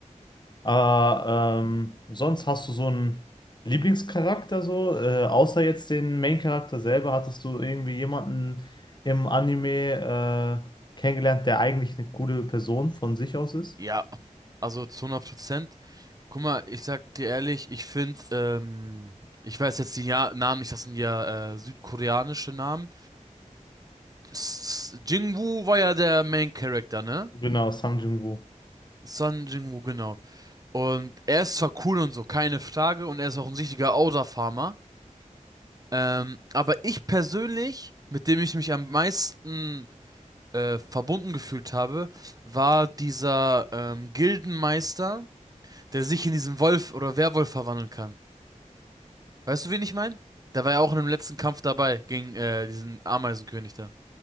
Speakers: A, on the left (about 35°); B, on the right (about 30°).
A: Aber ähm, sonst hast du so einen Lieblingscharakter so? Äh, außer jetzt den Main-Charakter selber, hattest du irgendwie jemanden im Anime äh, kennengelernt, der eigentlich eine coole Person von sich aus ist?
B: Ja, also zu 100%. Guck mal, ich sag dir ehrlich, ich finde, ähm, ich weiß jetzt die ja Namen nicht, das sind ja äh, südkoreanische Namen. S S- Jingwoo war ja der Main Character, ne?
A: Genau, Sang Jin-woo.
B: Son Jingwoo, genau. Und er ist zwar cool und so, keine Frage, und er ist auch ein richtiger Outer farmer Ähm, aber ich persönlich, mit dem ich mich am meisten äh, verbunden gefühlt habe, war dieser ähm, Gildenmeister, der sich in diesen Wolf oder Werwolf verwandeln kann. Weißt du, wen ich meine? Der war ja auch in dem letzten Kampf dabei gegen äh, diesen Ameisenkönig da.